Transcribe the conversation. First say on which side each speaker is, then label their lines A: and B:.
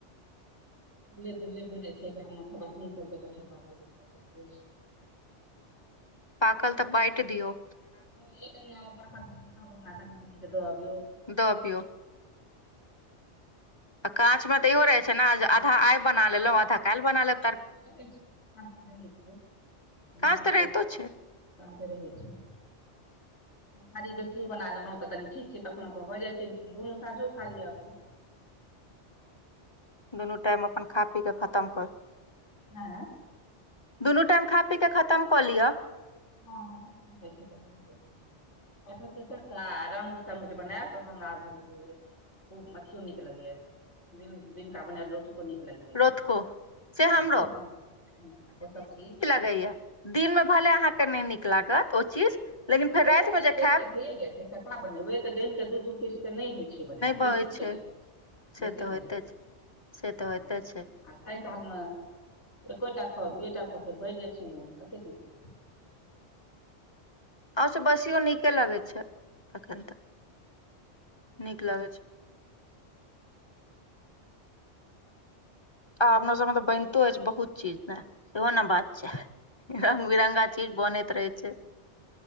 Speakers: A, on the left; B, on the left.
A: ले ले भऽ जाइ छै गाममे खपास सबके कठेर पलै सब बुझ
B: पाकल तऽ बाटि दियऔ
A: <unintelligible> न के दबियौ
B: द अबियौ काच मे तऽ इहो रहे छै ने जे आधा आइ बना लेलो आधा काल्हि बना लेल
A: <unintelligible>
B: काँच तऽ रहितो छै
A: काते रहै छै तरकारी बेसियो बना लेलहुँ तऽ कनि ठीक छै कखनो क भऽ जाइत छै दुनू साँझो खा लिअ अपन
B: दुनू टाइम अपन खा पी कऽ खतम करू
A: आँय
B: दुनू टाइम खा पी क खतम कऽ लिअ
A: हँ हमइ छै तऽ म जाइ कठहरके चक्का रूज तनुज बनायल तऽ हमरा गुरु ओ अखियो नीक लगी है दिन दिन क बनल रह नीक लागि जाइया
B: रतुको से हमरो
A: ओ सब ठीक
B: दिन मे भे अहाँके नहि नीक लागत ओ चीज लेकिन
A: आ
B: फेर
A: ओ
B: रातिमे
A: सब चीज
B: जे
A: बेसी
B: खायब
A: होइए छै चका बनेबे तऽ गायनिक के दूध उ पीस के नहि होइ छै से म नहि
B: बहै
A: बेसी
B: छै
A: भजा
B: से
A: बेसी
B: तऽ
A: भजा
B: होइते छै से तऽ होइते
A: आ
B: छै
A: आ खाय कालमे एकोटा खऽ दुएटा खाउ फेर भरि जाइ छै मोन कतेक चीज खा
B: आ सब बसियो नीके लगे छै तखन तऽ नीक लगे छै आ अपना सबमे तऽ बनितो अछि बहुत चीज ने एहो ने बात छै रंग बिरंगा चीज बनैत रहै छै